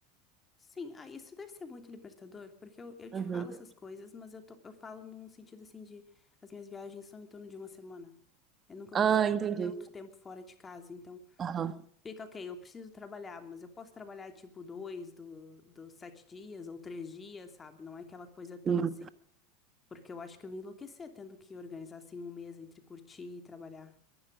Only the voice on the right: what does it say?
Uhum.
Ah, entendi.
Aham.
Hum.